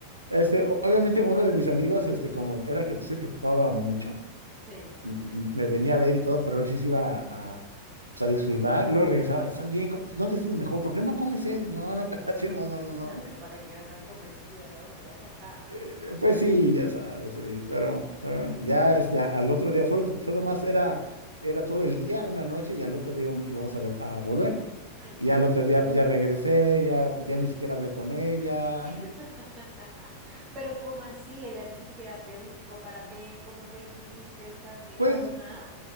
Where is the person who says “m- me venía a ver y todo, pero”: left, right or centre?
Right